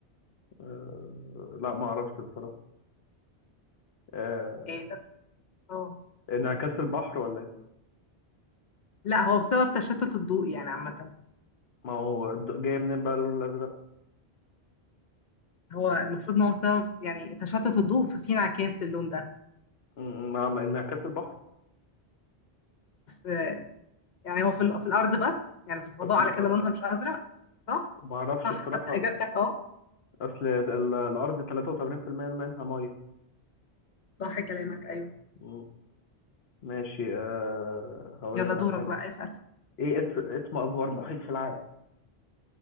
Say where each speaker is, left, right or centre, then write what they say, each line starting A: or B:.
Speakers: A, on the left; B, on the left.
A: آه، لا ما اعرفش بصراحة آه،
B: آه، ده بس- اه
A: انعكاس البحر ولا
B: لا هو بسبب تشتت الضوء يعني عامة
A: ما هو الد- جاي منين بقى اللون الازرق
B: هو المفروض إن هو سبب يعني تشتت الضوء ففي انعكاس للون ده
A: م- ما ما- انعكاس البحر
B: بس آه، يعني هو في, ال- في الأرض بس يعني في الفضاء
A: اصل
B: على كده
A: أ-
B: لونها مش أزرق صح؟
A: ما اعرفش
B: صح
A: بصراحه
B: تصدق إجابتك أه
A: اصل ال- الارض 83% منها ميه
B: صح كلامك أيوه
A: م- ماشي أه هقول
B: يلا
A: لك
B: دورك
A: على حاجه
B: بقى اسأل
A: ايه اسم اسم اكبر محيط في العالم